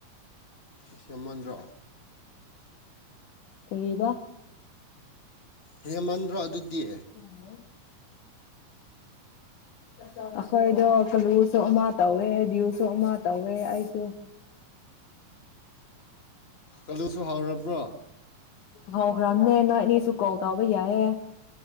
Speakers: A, on the left; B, on the left.
A: ꯁꯁꯃꯟꯗ꯭ꯔꯣ
B: ꯀꯥꯔꯤꯕ
A: ꯍꯦꯃꯟꯗ꯭ꯔꯣ ꯑꯗꯨꯗꯤ
B: ꯑꯣ <unintelligible> ꯑꯩꯈꯣꯏꯗꯣ ꯀꯂꯨꯁꯨ ꯑꯃ ꯇꯧꯋꯦ ꯭ꯌꯨꯁꯨ ꯑꯃ ꯇꯧꯋꯦ ꯑꯩꯁꯨ
A: ꯀꯂꯨꯁꯨ ꯍꯧꯔꯕ꯭ꯔꯣ
B: ꯍꯧꯈ꯭ꯔꯕꯅꯦ ꯅꯣꯏ ꯑꯅꯤꯁꯨ ꯀꯣꯜ ꯇꯥꯕ ꯌꯥꯏꯌꯦ